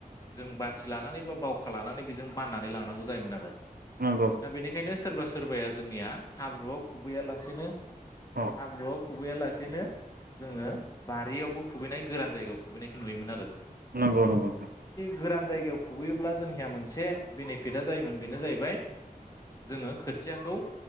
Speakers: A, on the left (about 25°); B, on the right (about 80°).
A: जों बाथि लानानै बा बावखा लानानै बेजों बाननानै लांनांगौ जायोमोन आरो।
B: नंगौ
A: दा बेनिखायनो सोरबा। सोरबाया जोंनिया हाब्रुआव खुबैयालासेनो
B: औ
A: हाब्रुआव खुबैयालासेनो जोङो बारियावबो खुबैनाय गोरान जायगायाव खुबैनायखौ नुयोमोन आरोथ
B: नंगौ नंगौ
A: गोरान जायगायाव खुबैयोब्ला जोंनिया मोनसे बेनिफिटआ जायोमोन बेनो जाहैबाय जोङो खोथियाखौ